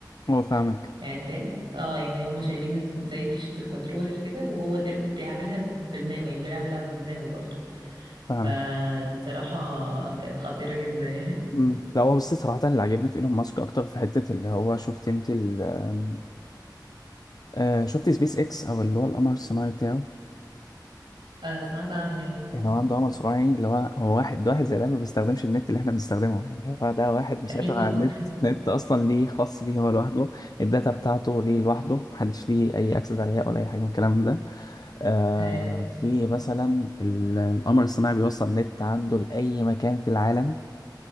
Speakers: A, on the left (about 55°); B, on the right (about 80°).
A: هو فاهمك
B: يعني فاهم اه يعني هم شايلين زي فيشة الكنترولر كده وهو القرد بيعملها بدماغه يعني بيلعب اللعبة بدماغه برضه
A: فاهمك
B: فدي الصراحة كانت خطيرة جدا يعني
A: م. لا هو بصي صراحة اللي عجبني في ايلون ماسك اكتر في حتة اللي هو شفت انت ال آم، آه شفت سبيس اكس او اللي هو القمر الصناعي بتاعه
B: <laughs> آه سمعت عنه يعني
A: يعني هو عنده عمل صناعي يعني اللي هو هو واحد ده واحد زي ده ما بيستخدمش النت اللي احنا بنستخدمه يعني هو ده واحد مسيطر
B: أكيد
A: على
B: طبعا
A: النت نت اصلا ليه خاص بيه هو لوحده الداتا بتاعته ليه لوحده محدش ليه اي اكسس عليها ولا اي حاجه من الكلام ده آه
B: <laughs> أيوة.
A: في مثلا ال- القمر الصناعي بيوصل نت عنده لاي مكان في العالم